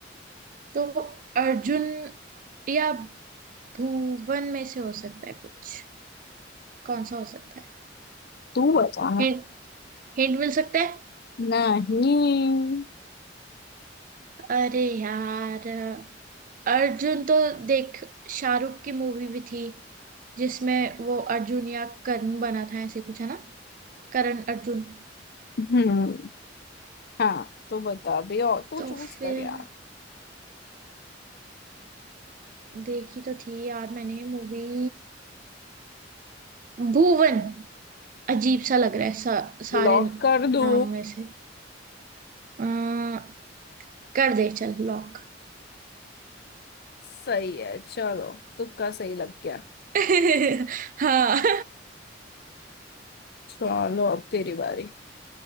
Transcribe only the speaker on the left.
तू बता
नहीं
हम्म हाँ तो बता भी और तू
चूज
कर यार
लॉक
कर दू
सही है चलो तुक्का सही लग गया
चलो अब तेरी बारी